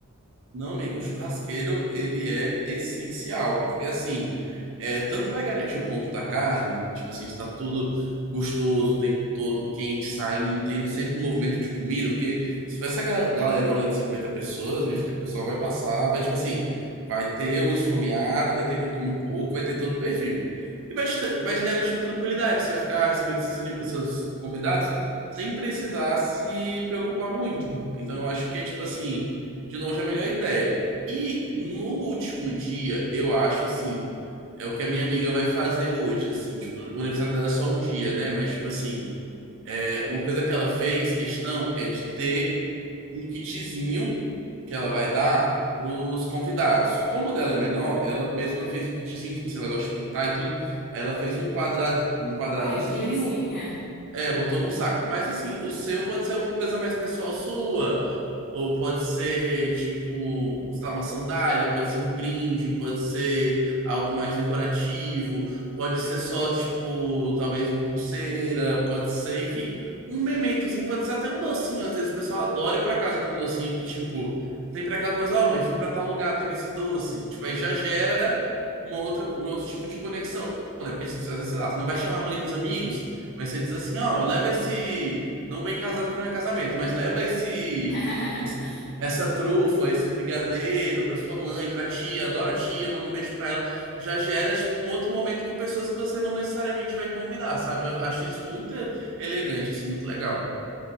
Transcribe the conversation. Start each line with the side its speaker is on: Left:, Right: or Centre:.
Right: Não, amigo, o churrasqueiro ele é essencial, porque assim, é, tanto vai garantir o ponto da carne, tipo assim, de estar tudo gostoso o tempo todo, quente, saindo, tendo sempre movimento de comida, porque se for essa ga- galerona de 50 pessoas, minha filha, o pessoal vai passar, vai tipo assim, vai ter os esfomeado, vai ter quem come pouco, vai ter todo o perfil. E vai te, vai te garantir uma tranquilidade, você vai ficar recebendo seus, ani- seus convidados sem precisar se preocupar muito. Então eu acho que é tipo assim. De longe é a melhor ideia. E no último dia, eu acho assim, é o que a minha amiga vai fazer hoje, assim, tipo, o aniversário dela é só um dia, né? Mas, tipo assim, é, uma coisa que ela fez, questão, é de ter um kitzinho que ela vai dar pros convidados. Como o dela é menor, ela mesma fez o kitzinho, tipo assim, ela gosta de pintar e tudo. Aí ela fez um quadrado, um quadradozinho,
Left: Ai, que gracinha.
Right: é, botou no saco. Mas assim, o seu pode ser alguma coisa mais pessoal sua. Ou pode ser, tipo, sei lá, uma sandália, pode ser um brinde, pode ser algo mais decorativo, pode ser só, tipo, talvez uma pulseira, pode ser, enfim, um mementozinho, pode ser até um docinho. Às vezes o pessoal adora ir pra casa com um docinho, porque, tipo, sempre aquela coisa, ó, mãe, fui pra tal lugar, teve esse doce. Tipo, aí já gera uma outra, um outro tipo de conexão, né? Porque às vezes, sei lá, você não vai chamar a mãe dos amigos. Mas você diz assim, ó, leva esse. Não bem casado que não é casamento, mas leva esse,
Left: <laughs>
Right: esse- essa trufa, esse brigadeiro pra sua mãe, pra tia, adora a tia, manda um beijo pra ela. Já gera, tipo, um outro momento com pessoas que você não necessariamente vai convidar, sabe? Eu acho isso muito elegante, assim, muito legal.